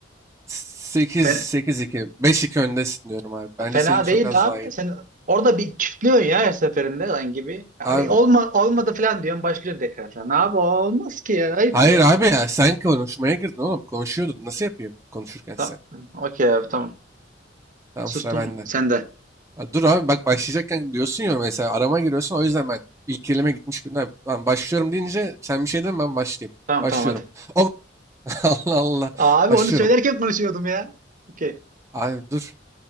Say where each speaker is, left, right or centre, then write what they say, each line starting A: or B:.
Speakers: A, on the right; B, on the right.
A: Sekiz,
B: Fena,
A: sekiz iki. Beş iki öndesin diyorum abi. Bence
B: fena
A: seninki
B: değil
A: çok az daha
B: abi.
A: iyi.
B: Sen orada bir çiftliyorsun ya her seferinde lan gibi. Abi
A: Abi,
B: olma, olmadı falan diyorsun başlıyorsun tekrar falan. Abi o olmaz ki ya ayıp
A: hayır
B: ya.
A: abi ya sen konuşmaya girdin oğlum. Konuşuyordun. Nasıl yapayım konuşurken
B: Tamam.
A: sen?
B: Okey abi tamam.
A: Tamam
B: Sustum
A: sıra bende.
B: sen de.
A: Ha, dur abi bak başlayacakken diyorsun ya mesela arama giriyorsun o yüzden ben ilk kelime gitmiş gibi. "Lan Ben başlıyorum deyince sen bir şey deme ben başlayayım.
B: Tamam
A: Başlıyorum.
B: tamam hadi.
A: Ok <laughs> Allah Allah.
B: Abi
A: Başlıyorum.
B: onu söylerken konuşuyordum ya. Okey.
A: Abi dur.